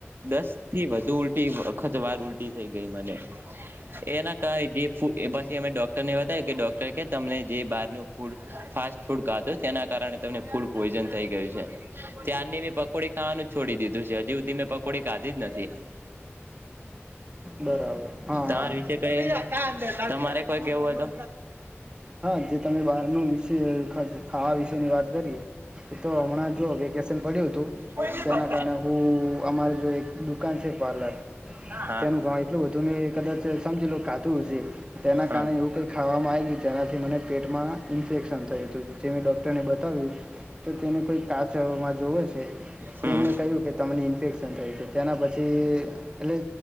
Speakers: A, on the right (about 50°); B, on the right (about 20°).
A: દસ થી વધુ ઉલટી વખત વાર ઉલટી થઈ ગઈ મને એના કઈ ગી ફુ એ પછી અમે ડોક્ટર ને બતાયવું કે ડોક્ટર કે તમને જે બાર ન ફૂડ ફાસ્ટ ફૂડ કાદી તેના કારણે તમને ફૂડ પ્લોઝન થઈ ગયું છે ત્યારની મેં પકોડી ખાવાનું છોડી દીધું છે હજી સુધી મેં પકોડી કાધી જ નથી.
B: બરાબર હા
A: તમારે
B: હા
A: વિશે કઈ. તમારે કોઈ કેવું હો તો.
B: હા જે તમે બહારનું વિશે ખાવા વિશેની વાત કરી તો હમણાં જો વેકેશન પડ્યું હતું
A: હોય
B: તેના
A: તો
B: કારણે હું અમારે જો એક દુકાન છે પાર્લર
A: હા
B: તેનું એટલું બધું મેં કદાચ સમજી લો કાધું તુ તેના કારણે
A: હા
B: એવું કઈ ખાવામાં આવી ગય જેનાથી મને પેટમાં ઇન્ફેક્શન થયું હતું જે મેં ડૉક્ટરને બતાવ્યું તો તેને કોઈ કાચમાં જોવો છે
A: હમ
B: તેમણે કહ્યું કે તમને ઇન્ફેક્શન થયું છે તેના પછી એટલે